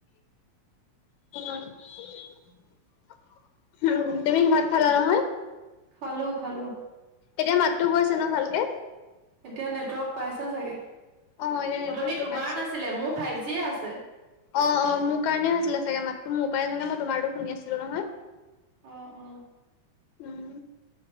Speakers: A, on the left (about 75°); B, on the right (about 70°).
A: <unintelligible> উ তুমি কি মাত খাল নহয়?
B: খালো খালো।
A: এতিয়া মাতটো গৈছে ন ভালকে?
B: এতিয়া নেটৱৰ্ক পাইছা চাগে
A: অ এতিয়া নেটৱৰ্কটো
B: অথনি তোমাৰ
A: পাইছো
B: নাছিলে মোৰ ফাইভ জিয়ে আছে।
A: অ, অ, মোৰ কাৰণেই হৈ আছিলে চাগে মাত মোৰ পৰা জানে মই তোমাৰো শুনি আছিলো নহয়।
B: অ, অ,
A: উম